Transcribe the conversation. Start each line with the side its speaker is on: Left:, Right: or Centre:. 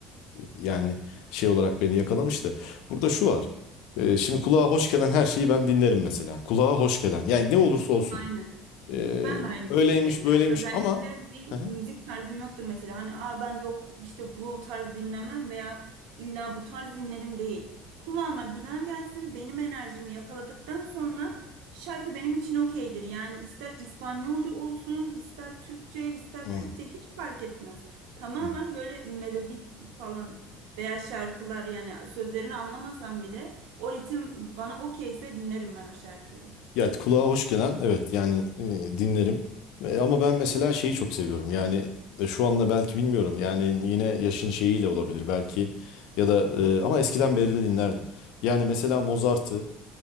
Left: yani şey olarak beni yakalamıştı. Burada şu var. Ee, şimdi kulağa hoş gelen her şeyi ben dinlerim mesela. Kulağa hoş gelen. Yani ne olursa olsun.
Right: Aynen.
Left: Ee,
Right: Ben de aynı
Left: öyleymiş
Right: fikirdeyim
Left: böyleymiş
Right: ya. Özellikle
Left: ama
Right: bir
Left: Hı hı.
Right: müzik tarzım yoktur mesela. Hani Aa, ben yok işte bu tarz dinlemem veya illa bu tarz dinlerim değil. Kulağıma güzel gelsin. Benim enerjimi yakaladıktan sonra şarkı benim için okeydir. Yani ister İspanyolca olsun, ister Türkçe, ister
Left: Hı,
Right: Kürtçe hiç fark etmez. Tamamen
Left: hı.
Right: böyle melodi falan veya şarkılar yani sözlerini anlamasam bile o ritim bana okeyse dinlerim ben o şarkıyı.
Left: ya kulağa hoş gelen evet yani e, dinlerim. E, ama ben mesela şeyi çok seviyorum. Yani e, şu anda belki bilmiyorum. Yani yine yaşın şeyiyle olabilir belki. Ya da e, ama eskiden beri de dinlerdim. Yani mesela Mozart'ı